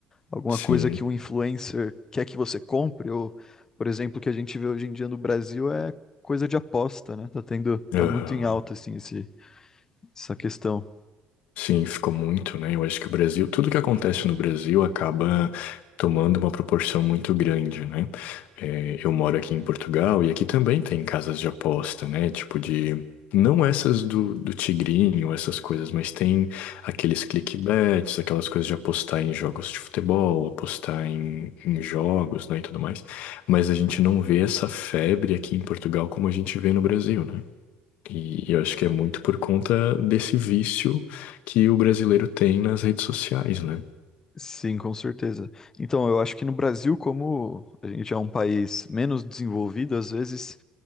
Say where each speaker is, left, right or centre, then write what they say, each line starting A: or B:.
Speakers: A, on the left; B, on the left.
A: Alguma
B: Sim.
A: coisa que um influencer quer que você compre, ou, por exemplo, o que a gente vê hoje em dia no Brasil é coisa de aposta, né? Tá tendo, tá
B: Aham.
A: muito em alta, assim, esse, essa questão.
B: Sim, ficou muito, né? Eu acho que o Brasil, tudo que acontece no Brasil acaba tomando uma proporção muito grande, né? É, eu moro aqui em Portugal e aqui também tem casas de aposta, né? Tipo de. Não essas do, do tigrinho, essas coisas, mas tem aqueles clickbets, aquelas coisas de apostar em jogos de futebol, apostar em, em jogos, né, e tudo mais. Mas a gente não vê essa febre aqui em Portugal como a gente vê no Brasil, né? E eu acho que é muito por conta desse vício que o brasileiro tem nas redes sociais, né?
A: Sim, com certeza. Então, eu acho que no Brasil, como a gente é um país menos desenvolvido, às vezes